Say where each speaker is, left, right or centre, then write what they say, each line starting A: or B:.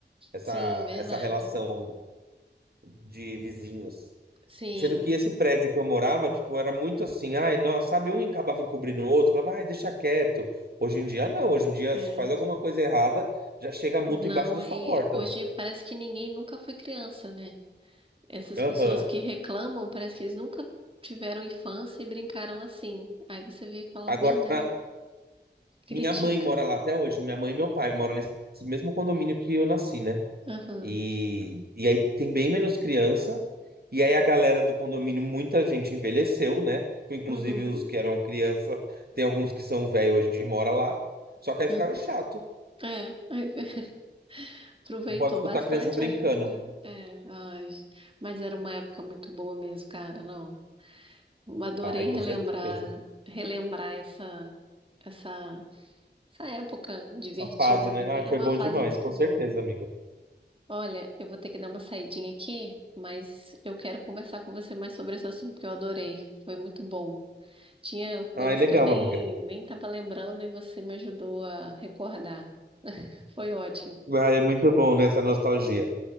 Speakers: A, on the right; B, on the right.
A: Essa,
B: sim, verdade.
A: essa relação de vizinhos.
B: Sim,
A: Sendo que esse prédio que eu morava, tipo, era muito assim, ai, nossa, sabe, um acabava encobrindo o outro, falava, ai, deixa quieto. Hoje em dia, não, hoje em dia,
B: é,
A: se faz alguma coisa errada, já chega a multa
B: não,
A: embaixo da sua
B: e
A: porta.
B: hoje parece que ninguém nunca foi criança, né? Essas
A: Aham.
B: pessoas que reclamam, parece que eles nunca tiveram infância e brincaram assim. Aí você vê e fala,
A: Agora,
B: meu Deus, critica.
A: minha mãe mora lá até hoje, minha mãe e meu pai moram nesse mesmo condomínio que eu nasci, né?
B: Aham,
A: E, e aí tem bem menos criança, e aí a galera do condomínio, muita gente envelheceu, né? Tipo, Inclusive
B: uhum,
A: os que eram criança, tem alguns que são velhos hoje em dia e moram lá, só que aí
B: aham.
A: ficaram chato.
B: É, aí <laughs> Aproveitou
A: Não pode escutar
B: bastante,
A: a criança brincando.
B: aí eu... É, ai, mas era uma época muito boa mesmo, cara, não. Eu Adorei
A: Ai, com
B: relembrar,
A: certeza.
B: relembrar essa, essa, essa época divertida,
A: Essa fase, né?
B: quer dizer,
A: Ai,
B: é
A: foi
B: uma
A: bom
B: fase
A: demais,
B: muito
A: com
B: boa.
A: certeza, amiga.
B: Olha, eu vou ter que dar uma saidinha aqui, mas eu quero conversar com você mais sobre esse assunto que eu adorei. Foi muito bom. Tinha
A: Ai,
B: coisas
A: legal,
B: que eu nem
A: amiga.
B: nem estava lembrando e você me ajudou a recordar. <laughs> Foi ótimo,
A: Ai, é muito bom, né, essa nostalgia.